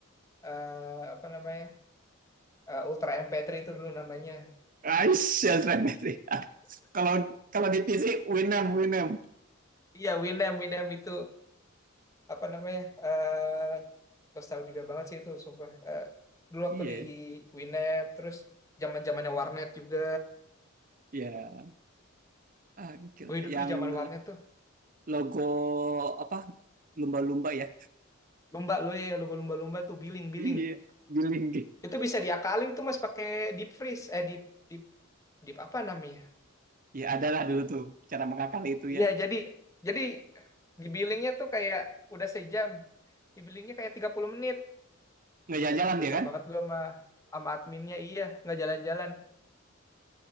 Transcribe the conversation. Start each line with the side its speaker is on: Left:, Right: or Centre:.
Left: eh, apa namanya eh, Ultra MP3 itu dulu namanya
Right: Aisyah <laughs> MP3. Kalau kalau di PC Winamp Winamp.
Left: iya Winamp Winamp itu apa namanya eh nostalgia banget sih itu sumpah Eh, dulu
Right: Iya,
Left: waktu di Winamp terus zaman zamannya warnet juga
Right: ya Ah, gokil.
Left: gue hidup
Right: yang
Left: tuh di zaman warnet tuh
Right: logo apa lumba-lumba ya
Left: Lumba lu ya, lu lumba-lumba tuh billing-billing.
Right: iya giling gitu
Left: Itu bisa diakalin tuh Mas pakai deep freeze eh deep deep deep apa namanya?
Right: ya adalah dulu tuh cara mengakali itu
Left: Iya,
Right: ya
Left: jadi jadi di billingnya tuh kayak udah sejam. Di billingnya kayak 30 menit.
Right: nggak jalan-jalan
Left: Nah, dosa
Right: dia kan
Left: banget gua sama sama adminnya iya, nggak jalan-jalan.